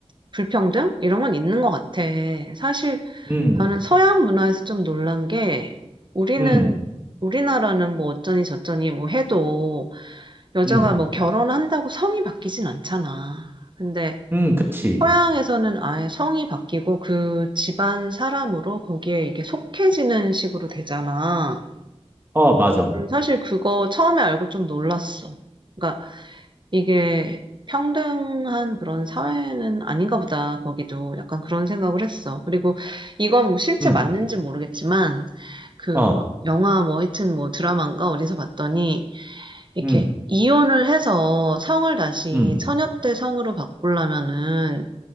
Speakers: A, on the right; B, on the right.
A: 불평등? 이런 건 있는 것 같아. 사실
B: 음,
A: 나는 서양 문화에서 좀 놀란 게 우리는,
B: 음,
A: 우리나라는 뭐 어쩌니 저쩌니 뭐 해도 여자가
B: 음,
A: 뭐 결혼한다고 성이 바뀌진 않잖아. 근데
B: 음, 그치.
A: 서양에서는 아예 성이 바뀌고 그 집안 사람으로 거기에 이게 속해지는 식으로 되잖아.
B: 어, 맞아.
A: 음, 사실 그거 처음에 알고 좀 놀랐어. 그러니까 이게 평등한 그런 사회는 아닌가 보다. 거기도 약간 그런 생각을 했어. 그리고 이건 뭐 실제
B: 음,
A: 맞는지 모르겠지만 그
B: 어,
A: 영화 뭐 하여튼 뭐 드라마인가 어디서 봤더니 이렇게
B: 음,
A: 이혼을 해서 성을 다시
B: 음,
A: 처녀 때 성으로 바꾸려면은